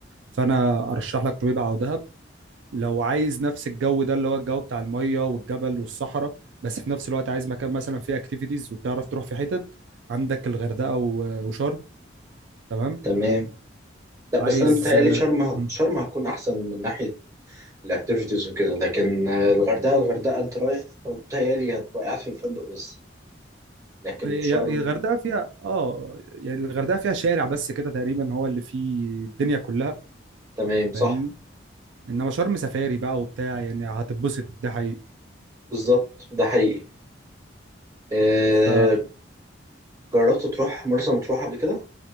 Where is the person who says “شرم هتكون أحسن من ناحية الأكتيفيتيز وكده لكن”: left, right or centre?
Right